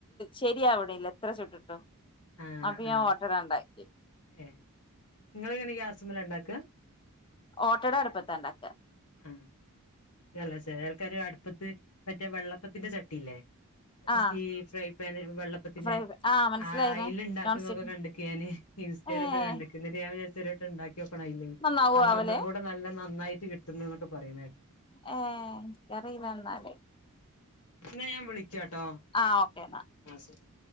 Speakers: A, on the left; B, on the left.
A: ശരിയാവിണില്ല എത്ര ചുട്ടിട്ടും
B: ആ
A: അപ്പൊ
B: ആ
A: ഞാൻ ഓട്ടട ആണ്ട് ഉണ്ടാക്കി
B: ഏ ഇങ്ങളെങ്ങനെ ഗ്യാസ്മ്മലാ ണ്ടാക്ക
A: ഓട്ടട അടുപ്പത്ത ണ്ടാക്ക
B: ഉം യല്ലെ ചെലെൾക്കാര് അടുപ്പത്ത് മറ്റേ വെള്ളപ്പത്തിന്റെ ചട്ടില്ലേ
A: ആഹ്
B: സീ ഫ്രൈ പാൻ വെള്ളപ്പത്തിന്റെ
A: ഫ്രൈ ആഹ് മനസ്സിലായിനെ
B: ആ അയിൽ ഇണ്ടാക്കുന്നൊക്കെ
A: നോൺ സ്റ്റിക്ക്
B: കണ്ടക്ക് ഞാന് ഇൻസ്റ്റയിലൊക്കെ
A: ഏഹ്
B: കണ്ട് എന്നിട്ട് ഞാൻ വിചാരിച്ചു ഒരു വട്ടം ഇണ്ടാക്കിയൊക്കണം അയില്
A: നന്നാവോ
B: അതാ
A: ആവല്
B: ഒന്നുമ്പ്കൂടെ നല്ല നന്നായിട്ട് കിട്ടുന്ന്നൊക്കെ പറിണേട്ട്
A: ഏ ഇന്ക്കറില ന്നാല്
B: ന്നാ ഞാൻ വിളിക്കാട്ടോ
A: ആ ഓക്കേ ന്നാ
B: ആ ശരി